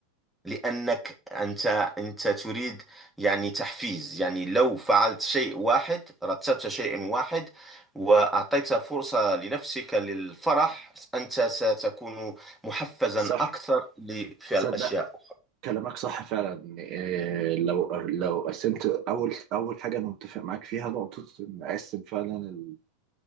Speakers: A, in the centre; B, on the right (about 45°).
A: لأنك أنت أنت تريد يعني تحفيز يعني لو فعلت شيء واحد رتبت شيء واحد وأعطيت فرصة لنفسك للفرح أنت ستكون محفزا
B: صح
A: أكثر لفعل
B: تصدق
A: أشياء أخرى
B: كلامك صح فعلا إيه، لو لو قسمت اول اول حاجه انا متفق معاك فيها نقطه ان اقسم فعلا ال-